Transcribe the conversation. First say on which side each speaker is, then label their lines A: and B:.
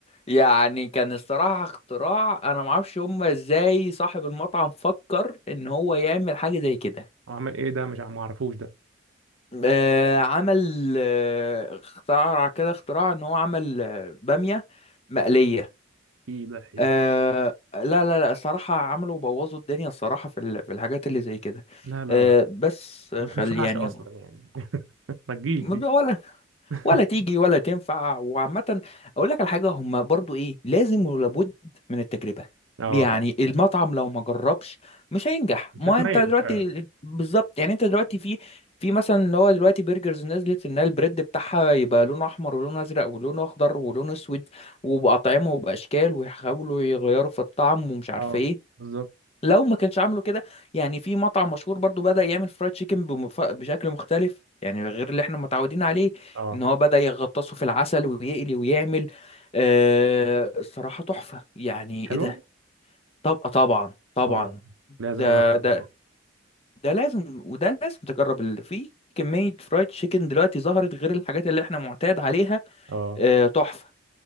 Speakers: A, on the left; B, on the right.
A: يعني كان الصراحة اختراع انا ما اعرفش هما ازاي صاحب المطعم فكر ان هو يعمل حاجة زي كده
B: هو عمل ايه ده مش عم- ما اعرفوش ده
A: آه عمل آه اختراع كده اختراع ان هو عمل آه، بامية مقلية
B: ايه ده ايه
A: آه
B: ده
A: لا لا لا الصراحة عملوا بوظوا الدنيا الصراحة في ال- في الحاجات اللي زي كده
B: لا لا
A: آه
B: لا
A: بس خل
B: ما تنفعش
A: يعني
B: اصلا يعني <laughs> ما تجيش
A: ما-
B: دي
A: ولا
B: <laughs>
A: ولا تيجي ولا تنفع وعامة أقول لك على حاجة هما برضو إيه لازم ولابد من التجربة
B: اه
A: يعني
B: طبعا
A: المطعم لو ما جربش مش هينجح
B: مش
A: ما
B: هتميز
A: أنت دلوقتي
B: فعلا
A: بالظبط يعني أنت دلوقتي في في مثلا اللي هو دلوقتي برجرز نزلت إن البريد بتاعها يبقى لونه أحمر ولونه أزرق ولونه أخضر ولونه أسود وبأطعمة وبأشكال ويحاولوا يغيروا في الطعم ومش عارف
B: اه
A: إيه
B: بالظبط
A: لو ما كانش عامله كده يعني في مطعم مشهور برضو بدأ يعمل فرايد تشيكن بمف- بشكل مختلف يعني غير اللي احنا متعودين عليه
B: اه
A: ان هو بدأ يغطسه في العسل ويقلي ويعمل آه الصراحة تحفة يعني
B: حلوه
A: ايه ده طب طبعا طبعا
B: اه لازم
A: ده
B: اجرب الموضوع
A: ده
B: ده.
A: ده لازم وده لازم تجرب ال- في كمية فرايد تشيكن دلوقتي ظهرت غير الحاجات اللي احنا معتاد عليها
B: اه
A: آه تحفة